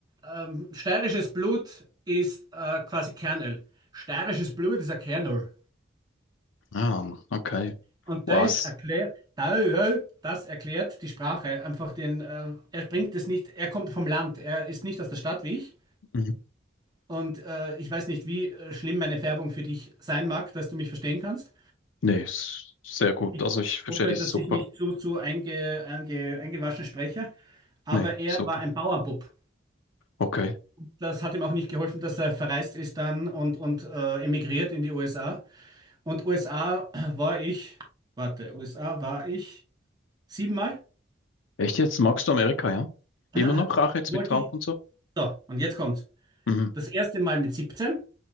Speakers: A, on the right; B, on the left.
A: ähm, steirisches Blut ist äh, quasi Kernöl. Steirisches Blut ist ein Kernöl.
B: Ah, okay.
A: Und
B: Was?
A: das erklärt, da- ja, das erklärt die Sprache. Einfach den, äh, er bringt es nicht, er kommt vom Land, er ist nicht aus der Stadt wie ich.
B: Mhm.
A: Und äh, ich weiß nicht, wie äh, schlimm meine Färbung für dich sein mag, dass du mich verstehen kannst.
B: Nee, ist sehr gut.
A: Ich
B: Also ich verstehe
A: hoffe,
B: dich
A: dass
B: super.
A: ich nicht zu, zu einge, einge, eingewaschen spreche. Aber
B: Nee,
A: er
B: super.
A: war ein Bauernbub.
B: Okay.
A: das hat ihm auch nicht geholfen, dass er verreist ist dann und, und äh, emigriert in die USA. Und USA war ich, warte, USA war ich siebenmal.
B: Echt jetzt? Magst du Amerika, ja?
A: <clears throat> <laughs>
B: Immer noch, auch jetzt
A: Wollte
B: mit Trump
A: ich.
B: und so?
A: So, und jetzt kommt's.
B: Mhm.
A: Das erste Mal mit 17